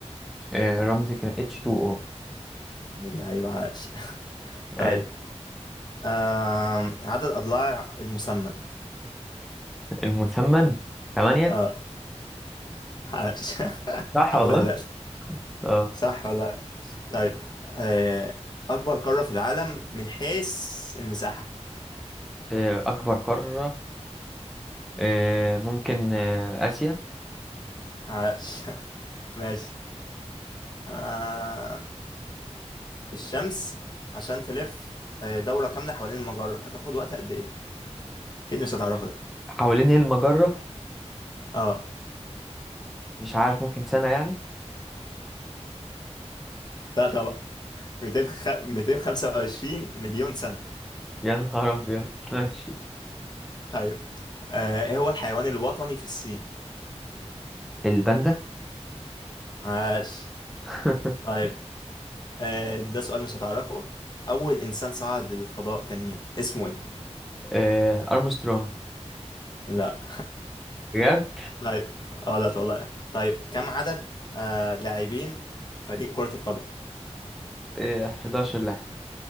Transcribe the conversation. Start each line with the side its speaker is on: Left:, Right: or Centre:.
Centre: آه... رمزي كان H2O
Left: من اللعيبة عاش <laughs> طيب
Centre: حلو.
Left: آه عدد أضلاع المسمن
Centre: المثمن تمانية
Left: اه عاش <laughs>
Centre: صح
Left: حمد
Centre: والله
Left: هلال
Centre: اه
Left: صح ولا طيب آه أكبر قارة في العالم من حيث المساحة
Centre: آه، اكبر قاره آه... ممكن آه... اسيا
Left: عاش <laughs> ماشي آه الشمس عشان تلف آه، دورة كاملة حوالين المجرة هتاخد وقت قد إيه؟ أكيد مش هتعرفها دي
Centre: حوالين ايه المجره
Left: اه
Centre: مش عارف ممكن سنه يعني
Left: لا طبعا 200 خ... 225 مليون سنة
Centre: يا نهار ابيض ماشي
Left: طيب آه، إيه هو الحيوان الوطني في الصين؟
Centre: الباندا
Left: عاش
Centre: <laughs>
Left: طيب آه ده سؤال مش هتعرفه أول إنسان صعد للفضاء كان مين؟ اسمه إيه؟
Centre: آه... ارمسترونج
Left: لا
Centre: بجد
Left: طيب اه لا والله طيب كم عدد آه لاعبين فريق كرة القدم؟
Centre: آه، 11 لاعب